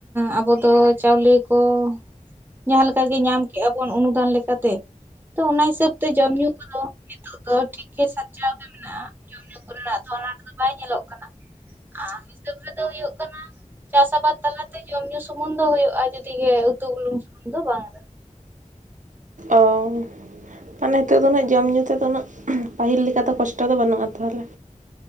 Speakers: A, on the right; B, on the right.
A: ᱟᱵᱚ ᱫᱚ ᱪᱟᱣᱞᱮ ᱠᱚ ᱡᱟᱦᱟᱸ ᱞᱮᱠᱟᱜᱮ ᱧᱟᱢ ᱠᱮᱜᱼᱟ ᱵᱚᱱ ᱚᱱᱩᱫᱟᱱ ᱞᱮᱠᱟᱛᱮ ᱛᱚ ᱚᱱᱟ ᱦᱤᱥᱟᱹᱵ ᱛᱮ ᱡᱚᱢ ᱧᱩ ᱠᱚᱫᱚ ᱱᱤᱛᱚᱜ ᱫᱚ ᱴᱷᱤᱠ ᱜᱮ ᱥᱟᱧᱪᱟᱣ ᱜᱮ ᱢᱮᱱᱟᱜᱼᱟ ᱡᱚᱢ ᱧᱩ ᱠᱚᱨᱮᱱᱟᱜ ᱫᱚ ᱟᱱᱟᱴ ᱫᱚ ᱵᱟᱭ ᱧᱮᱞᱚᱜ ᱠᱟᱱᱟ ᱾ ᱟᱨ ᱦᱤᱥᱟᱹᱵ ᱨᱮᱫᱚ ᱦᱩᱭᱩᱜ ᱠᱟᱱᱟ ᱾ ᱪᱟᱥ ᱟᱵᱟᱫᱽ ᱛᱟᱞᱟᱛᱮ ᱡᱚᱢ ᱧᱩ ᱥᱩᱢᱩᱱᱝ ᱫᱚ ᱦᱳᱭᱳᱼᱟ ᱡᱩᱫᱤ ᱜᱮ ᱩᱛᱩ ᱵᱩᱞᱝ ᱥᱩᱢᱩᱝ ᱫᱚ ᱵᱟᱝ ᱨᱮ ᱦᱚᱸ,
B: ᱚ ᱢᱟᱱᱮ ᱱᱤᱛᱚᱜ ᱫᱚ ᱩᱱᱟᱹᱜ ᱡᱚᱢ-ᱧᱩ ᱛᱮᱫᱚ ᱩᱱᱟᱹᱜ ᱯᱟᱹᱦᱤᱞ ᱞᱮᱠᱟ ᱫᱚ ᱠᱚᱥᱴᱚ ᱫᱚ ᱵᱟᱹᱱᱩᱜᱼᱟ ᱛᱟᱦᱚᱞᱮ